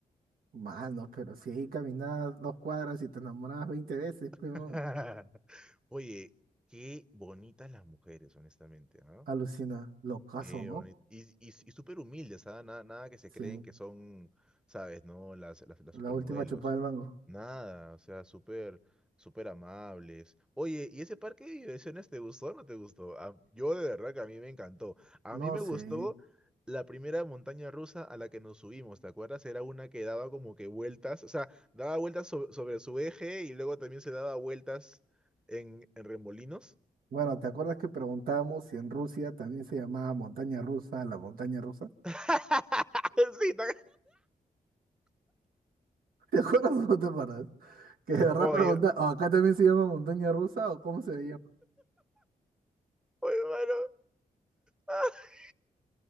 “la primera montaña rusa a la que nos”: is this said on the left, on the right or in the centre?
Centre